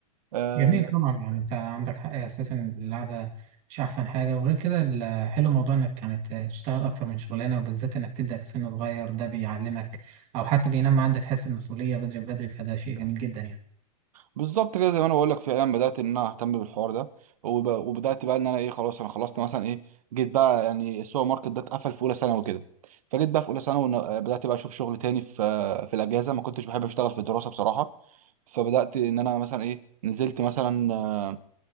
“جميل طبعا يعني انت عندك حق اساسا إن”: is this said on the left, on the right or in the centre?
Right